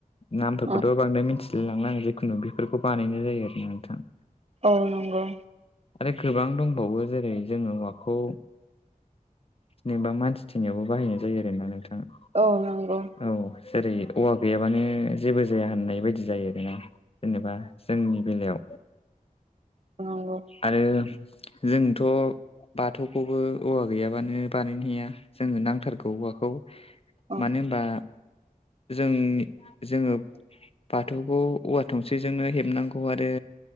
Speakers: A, on the left; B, on the right.
A: नामफोरखौथ'
B: औ
A: बांद्राय मिथि सिलिलांनोङो जखुनु बेफोरखौ बानायनाय जायो आरोोना नोंथाङा
B: औ नंगौ
A: आरो गोबां दंबावो जेरै जोङो हौवाखौ नोंबा मानसि थनिावबो बाहायनाय जायो आरो ना नोंथाङा
B: औ नंगौ
A: औ जेरै औवा गैयाबानो जेबो जाया होननाय बायदि जायो आरोना जेनेबा जोंनि बेलायाव
B: नंगौ
A: आरो जोंथ' बाथौखौबो औवा गैयाबानो बानायनोहैया जोङो नांथारगौ औवाखौ
B: औ उम
A: मानो होनबा जोंनि जोङो बाथौखौ औवा थंसे्जोंनो हेबनांगौ आरो